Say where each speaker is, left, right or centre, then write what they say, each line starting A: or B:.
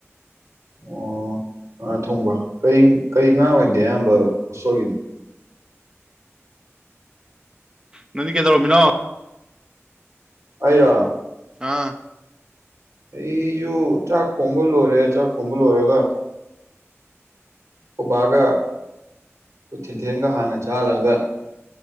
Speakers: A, on the right (about 85°); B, on the right (about 15°).
A: ꯑꯣ ꯉꯥ ꯊꯣꯡꯕ ꯀꯩ ꯀꯩ ꯉꯥ ꯑꯣꯏꯒꯦ ꯑꯌꯥꯝꯕ ꯍꯣꯁꯇꯣꯜꯒꯤꯗꯤ
B: ꯅꯪꯗꯤ ꯀꯩꯗꯧꯔꯝꯃꯤꯅꯣ
A: ꯑꯩꯔꯣ
B: ꯑꯥ
A: ꯑꯩꯁꯨ ꯆꯥꯛ ꯊꯣꯡꯕ ꯂꯣꯏꯔꯦ ꯆꯥꯛ ꯊꯣꯡꯕ ꯂꯣꯏꯔꯒ ꯑꯈꯣꯏ ꯕꯒꯥ ꯊꯤꯟꯊꯦꯡꯒ ꯍꯥꯟꯅ ꯆꯥꯍꯜꯂꯒ